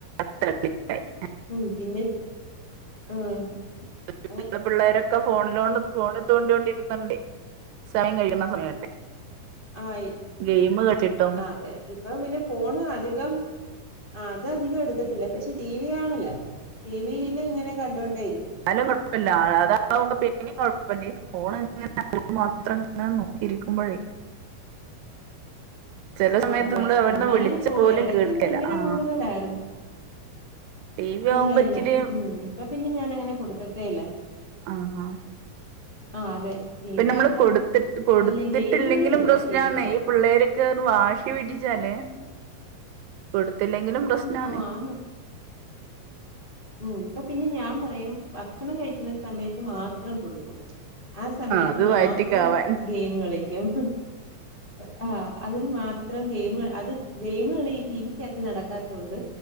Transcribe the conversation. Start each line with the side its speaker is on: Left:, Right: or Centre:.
Right: ആഹ്
Left: മം പിന്നെ ഹ്മ്
Right: <inaudible> പിള്ളേരൊക്കെ ഫോൺ ഫോണില് തോണ്ടിത്തൊണ്ടിരിക്കുന്നുണ്ടേ സമയം കഴിക്കുന്ന സമയല്ലേ
Left: ആ
Right: ഗെയിം കളിച്ചിട്ടും
Left: ആ അതെ ഇപ്പൊ പിന്നെ ഫോണ് അധികം ആ അത് അധികം എടുക്കത്തില്ല പക്ഷെ ടി വി കാണല്ലാ ടി വിയില് ഇങ്ങനെ കണ്ടുകൊണ്ടേ ഇരിക്കും
Right: ന്നാലും കുഴപ്പമില്ല അതാകുമ്പോ പിന്നെയും കുഴപ്പമില്ല ഈ ഫോൺ ഇങ്ങനെ <inaudible> മാത്രം ഇങ്ങനെ നോക്കിയിരിക്കുമ്പോഴേ ചില സമയത്ത്
Left: ആ അതെ
Right: നമ്മള്
Left: ഫോൺ
Right: അവിടുന്ന്
Left: കാണലിപ്പോ
Right: വിളിച്ച പോലും
Left: ഇടക്ക്
Right: കേൾക്കല
Left: ഭയങ്കര
Right: ആ
Left: കൂടുതലായിരുന്നു
Right: ടി വി ആവുമ്പോ
Left: ഇല്ല
Right: ഇച്ചിരി
Left: ഇല്ല ഹ്മ് ഇപ്പൊ പിന്നെ ഞാൻ അങ്ങനെ കൊടുക്ക ത്തേയില്ല
Right: ആഹ് ആഹ്
Left: ആ അതെ ടി
Right: ഇപ്പം
Left: വി
Right: നമ്മള്
Left: ആവുമ്പം
Right: കൊടുത്ത്ട്ട് കൊടുത്തിട്ടില്ലെങ്കിലും
Left: വല്യ ഗെയിം കളിയില്ല
Right: പ്രശ്നാന്നെ
Left: ടി വിക്കകത്ത്.
Right: ഈ പിള്ളേര്ക്ക്‌ - വാശി പിടിച്ചാല് കൊടുത് കൊടുത്തില്ലെങ്കിലും പ്രശ്നാണ്
Left: ആഹ് ആന്ന് ഉം ഇപ്പൊ പിന്നെ ഞാൻ പറയും ഭക്ഷണം കഴിക്കുന്ന സമയത്ത് മാത്രം കൊടുക്കും. ആ സമയത്ത്
Right: അത്
Left: മാത്രം
Right: വയറ്റിക്കാവാൻ
Left: ഗെയിം കളക്കും <inaudible> ആഹ് അതിന് മാത്രം ഗെയിമ് അത് ഗെയിമ് കളി ഈ ടി വിക്കകത്ത് നടക്കാത്തോണ്ട്